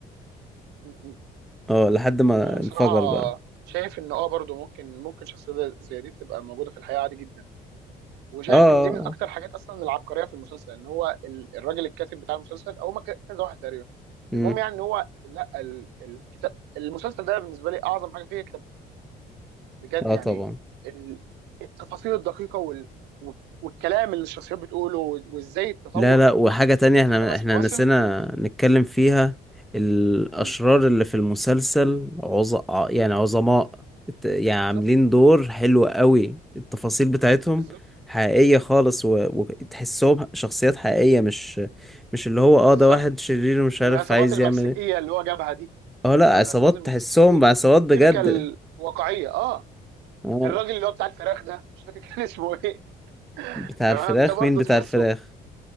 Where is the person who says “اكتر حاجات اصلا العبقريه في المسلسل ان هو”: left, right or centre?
Right